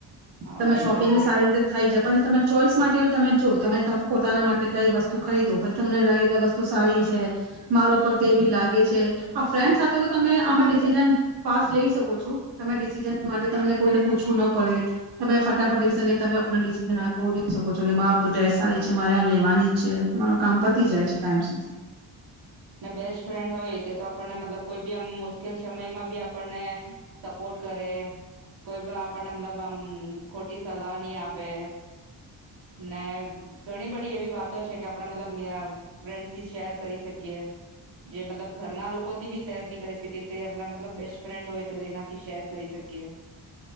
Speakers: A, on the right (about 75°); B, on the right (about 55°).
A: હા
B: તમે
A: એ
B: શોપિંગની
A: તો છે
B: સારી
A: જ
B: રીતે થઈ જાય પછી તમે ચોઈસ માટે બી તમે જો તમે પોતાના માટે કઈ વસ્તુ ખરીદો પછી તમને લાગે કે આ વસ્તુ સારી છે મારો પર કેવી લાગે છે આ ફ્રેન્ડ સાથે તો તમે આમાં ડિસિજન ફાસ્ટ લઈ શકો છો તમે ડિસઝન. માટે તમને કોઈને પૂછવું ન પડે. તમે ફટાફટ
A: હમ
B: <unintelligible> તમે <unintelligible> ડિસિઝન આપ બોલી શકો છો કે મા ડ્રેસ સારી છે મારે આ લેવાની જ છે. તમારું કામ પતી
A: હમ
B: જાય છે ટાઈમ સુધી.
A: ને બેસ્ટ ફ્રેન્ડ હોય તે તો આપણને મતલબ કોઈ બી આમ મુશ્કેલ સમયમાં બી આપણને સપોર્ટ કરે કોઈ બી આપણને મતલબ આમ ખોટી સલાહ ની આપે. ને ઘણી બડી એવી વાતો છે કે આપણા મતલબ મે આ ફ્રેન્ડ થી શેર કરી શકીએ જે મતલબ ઘરના લોકોથી બી શેર ની કરી શકીએ તે આપણા મતલબ બેસ્ટ ફ્રેન્ડ હોય તો તેનાથી શેર કરી શકીએ.